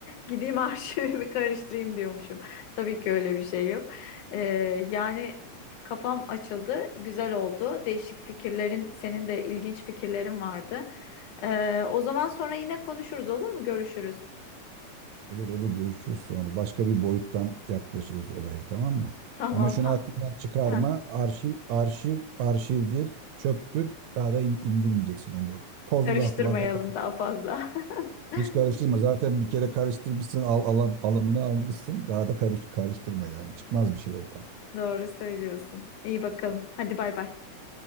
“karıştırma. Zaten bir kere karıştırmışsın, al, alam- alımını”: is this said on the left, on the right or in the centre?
Right